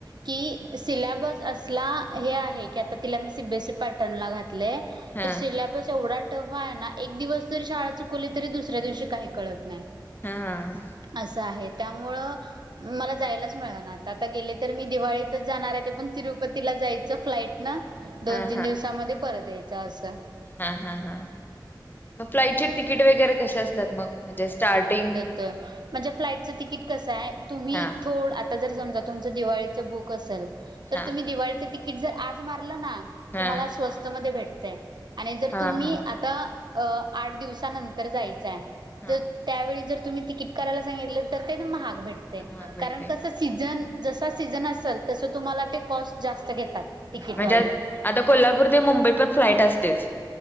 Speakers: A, on the right (about 65°); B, on the left (about 25°).
A: - <unintelligible> की सिलेबसं असलां. - हें आहे की आतां तिला मी C. B. S. E pattern लां घातलेय
B: हा
A: तर सिलेबसं एवढां. - टफं आहे नां एक दिवस जरी शाळां चुकवली तरी दुसऱ्या दिवशी काही कळतं नाही. -
B: हां अ.
A: असंअ आहे त्यामुळं. - मलां जायलाचं मिळ नां आता- आता गेले तर. मी दिवाळीतचं जाणार आहे ते पण तिरुपतीला जायचं फ्लांईट नां. - दोन,
B: हा
A: तीन दिवसामध्ये परतं यायचं असं. -
B: हांअ -हाअ -हांअ मगं फ्लांइटचे तिकीट वगैरे कसे असतात. मग म्हणजे स्टार्टिंगं. -
A: तर् म्हणजे फ्लांईटच तिकीट कसं आहे. तुम्ही
B: हा
A: थोडं. - आतां जर् समजा तुमचं दिवाळीचं बुक असेल तर
B: हा
A: तुम्ही दिवाळीचं तिकीट जर आज मारलं नां. -
B: हा
A: तुम्हाला स्वस्ता मध्ये भेटतयं आणि जर्
B: हा
A: तुम्ही
B: हा
A: आतां. - अं आठ दिवसानंतर जायचंय
B: हा
A: तर्ं. - त्यावेळी जर् तुम्ही तिकीटं करायला सांगितलं तर् ते महाग भेटते
B: महाग पडते
A: कारण
B: हम्म
A: कसं. - सीझन जसा सीझन असेल तसं तुम्हाला ते कॉस्ट जास्त घेतात. तिकीटवाले
B: म्हणजे कोल्हापूर ते मुंबई पण फ्लाईट असतेच